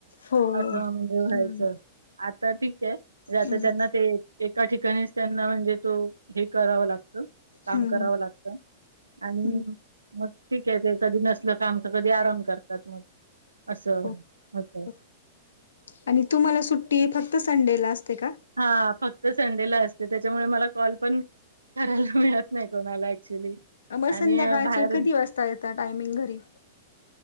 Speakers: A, on the left; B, on the right.
A: हो
B: असं म्हणजे व्हायचं.
A: हम्म
B: आता ठीकाय. म्हणजे आता
A: हम्म
B: त्यांना ते एका ठिकाणीच त्यांना म्हणजे तो हे करावा लागतो. काम
A: हम्म
B: करावं लागत आणि
A: हम्म
B: मग ठीक हाए ते कधी नसलं काम तर कधी आराम करतात मग. असं
A: हो.
B: होतं.
A: हो. आणि तुम्हाला सुट्टी फक्त संडेला असते का?
B: हा. फक्त संडेला असते. त्याच्यामुळे मला कॉल पण करायला मिळत नाही कोणाला ऍक्च्युली.
A: मग
B: आणि
A: संध्याकाळचे
B: अ, बाहेर
A: किती वाजता येता टायमिंग घरी?